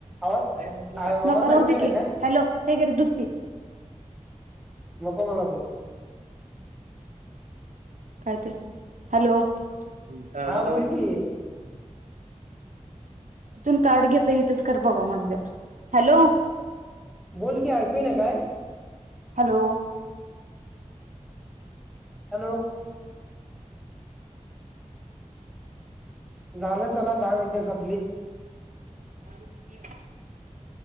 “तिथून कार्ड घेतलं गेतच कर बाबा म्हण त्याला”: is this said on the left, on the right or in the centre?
Right